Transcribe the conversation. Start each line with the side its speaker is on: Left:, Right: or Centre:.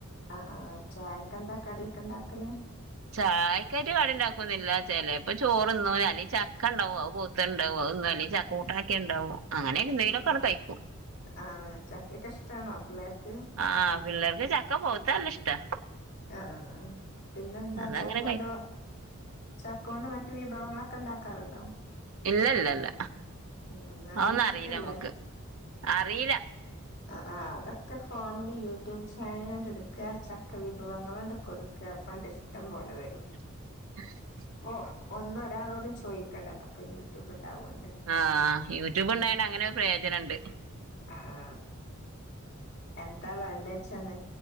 Left: അഹ് ആഹ് ചായക്കെന്താ കടിയൊക്കെണ്ടാക്കല്
Right: ചായക്കായ്റ്റ് കടിണ്ടാക്കൊന്നില്ല ചെലേപ്പൊ ചോറ്ന്നും അല്ലെയ് ചക്കണ്ടാവും അഹ് പൊവ്ത്തെ ണ്ടാവും അത് ന്നും അല്ലെയ് ചക് കൂട്ടാക്കേയ്ണ്ടാവും അങ്ങനെ യെന്തെങ്കിലൊക്കാണ്ട്
Left: ഉം
Right: കയിക്കും.
Left: ആഹ് ചക്കെക്കെ ഇഷ്ടാണോ പിള്ളേർക്ക്.
Right: ആഹ് പിള്ളേർക്ക് ചക്ക പൊവ്ത്താല്ലഷ്ടാ.
Left: അഹ് ആഹ് പിന്നെന്താ
Right: അതങ്ങനെ
Left: ചക്കോണ്ട്
Right: കഴി
Left: വ ചക്കോണ്ട് മറ്റ റ്റ് വിഭവങ്ങളക്കെണ്ടാക്കാറുണ്ടോ
Right: ഇല്ലല്ല ല്ല
Left: ഉം അതൊന്നും
Right: അതെന്നും
Left: ഇഷ്ടല്ലേ
Right: അറീലമ്മക്ക്, അറീല.
Left: അഹ് ആഹ്. അതൊക്കെ ഫോണില് യൂട്യൂബ് ചാനലാണ്ടെട്ക്കാ ചക്ക വിഭവങ്ങളാണ്ട് കൊടുക്കാ. പ്പാണ്ടിഷ്ടംമ്പോലെ വെരും.
Right: <unintelligible>
Left: ഓ ഒന്നും ഒരാളോടും ചോയിക്കണ്ടല്ലാ ഒക്കെ യൂട്യൂബ് ഇണ്ടാവോണ്ട്.
Right: ആഹ് യൂട്യൂബ് ഇണ്ടായോണ്ട് അങ്ങനൊരു പ്രയോജനണ്ട്.
Left: ആ ആ എന്താ വേണ്ടെച്ചാന്ന്